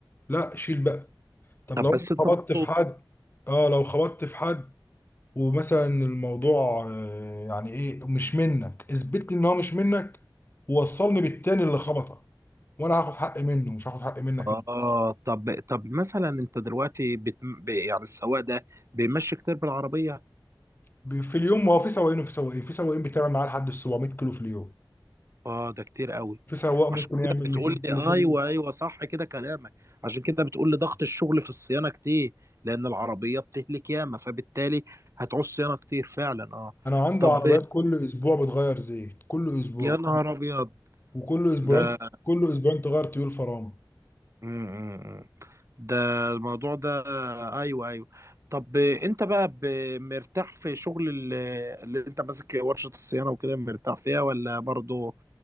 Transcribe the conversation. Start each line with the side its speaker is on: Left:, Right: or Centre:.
Left: لا شيل بقى طب
Right: طب
Left: لو
Right: بس
Left: أنت
Right: انت
Left: خبطت
Right: برضه
Left: في حد اه لو خبطت في حد ومثلا الموضوع آه، يعني ايه مش منك اثبت لي ان هو مش منك ووصلني بالتاني اللي خبطك وانا هاخد حق منه مش هاخد حق منك
Right: اه
Left: انت
Right: طب طب مثلا انت دلوقتي بت... ب- يعني السواق ده بيمشي كتير بالعربية؟
Left: ب- في اليوم ما هو في سواقين وفي سواقين في سواقين بتعمل معاه لحد 700 كيلو في اليوم
Right: اه ده كتير قوي
Left: في سواق ممكن
Right: عشان
Left: يعمل
Right: كده بتقول
Left: 200
Right: لي
Left: كيلو في اليوم
Right: ايوه ايوه صح كده كلامك عشان كده بتقول لي ضغط الشغل في الصيانة كتير لان العربية بتهلك ياما فبالتالي هتعوز صيانة كتير فعلا اه
Left: انا عندي
Right: طب
Left: عربيات كل اسبوع بتغير زيت كل اسبوع
Right: يا نهار ابيض
Left: وكل اسبوعين
Right: ده
Left: كل اسبوعين تغير تيول فرامل
Right: م- م- م. ده الموضوع ده ايوه ايوه طب انت بقى ب- مرتاح في شغل ال- اللي انت ماسك ورشة الصيانة وكده مرتاح فيها ولا برضو